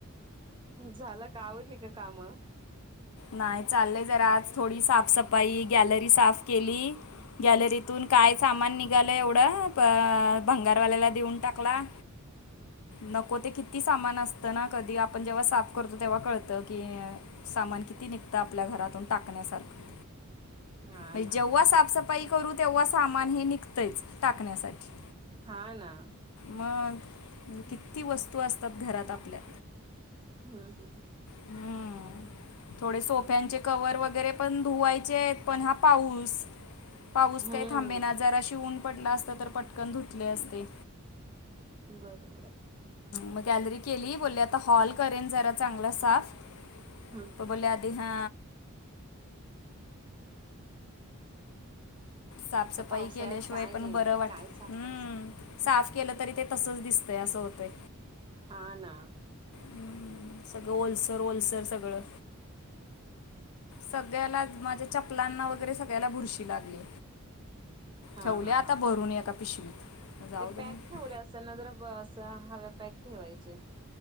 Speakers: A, on the right (about 25°); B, on the left (about 80°).
A: झाल का आवरलिका काम
B: नाही चाललंय जरा आज थोडी साफसफाई गॅलरी साफ केली गॅलरीतून काय सामान निघालं एवढं प भंगारवाल्याला देऊन टाकला नको ते किती किती सामान असतं ना कधी आपण जेव्हा साफ करतो तेव्हा कळतं की सामान किती निघत आपल्या घरातून टाकण्यासारखं
A: हा
B: म्हणजे
A: ना
B: जेव्हा साफस पई करू तेव्हा सामान हे निघतंयच टाकण्यासाठी
A: हा ना
B: मग किती वस्तू असतात घरात आपल्या
A: हू हू हू
B: हम्म. थोडे सोफ्यांचे कवर वगैरे पण धुवायचेत पण हा पाऊस पाऊस
A: हम्म
B: काय थांबेनाच जराशि ऊन पडल असत तर पटकन धुतले असते
A: बरोबर आहे
B: म गॅलरी केली बोलले आता हॉल करेन जरा चांगला साफ
A: हम्
B: तर बोलले आधी हा साफसफाई
A: पावसाळ्यात
B: केल्याशिवाय
A: काय
B: पण
A: नाही
B: बर वाटत
A: काय साखर
B: हू साफ केलं तरी ते तसंच दिसतंय असं होतंय
A: हा ना
B: हम्म, सगळं ओलसर ओलसर सगळं सगळ्याला माझ्या चपलांना वगैरे सगळ्याला बुरशी लागलीय
A: हा
B: ठेवलय
A: हा
B: आता
A: हा
B: भरून एका पिशवीत जाऊ
A: ते
B: दे
A: पॅक
B: म्हणे.
A: ठेवले असल न तर अस हवा पॅक ठेवायचे